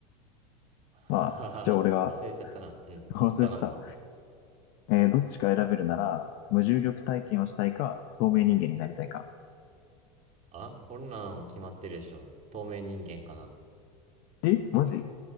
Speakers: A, on the right; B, on the left.
A: はははは忘れちゃったな。
B: まあ、じゃあ俺が
A: うん、
B: <laughs>
A: そっち頼むわ。
B: 忘れてた。えーどっちか選べるなら、無重力体験をしたいか、透明人間になりたいか。
A: あ、こんなの決まってるでしょ。透明人間かな。
B: えマジ